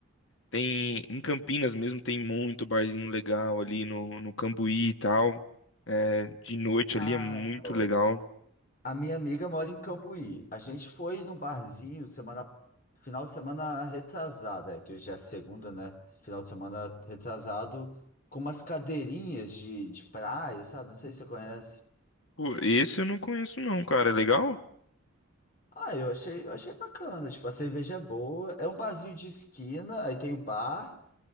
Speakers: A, on the left; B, on the left.
A: tem em Campinas mesmo tem muito barzinho legal ali no, no Cambuí e tal. É, de noite
B: Ah,
A: ali é muito
B: então.
A: legal.
B: A minha amiga mora em Cambuí. A gente foi num barzinho semana, final de semana retrasada, é, que hoje é a segunda, né? Final de semana retrasado, com umas cadeirinhas de, de praia, sabe? Não sei se você conhece.
A: Pô, esse eu não conheço não, cara. É legal?
B: Ah, eu achei, eu achei bacana. Tipo, a cerveja é boa. É um barzinho de esquina, aí tem o bar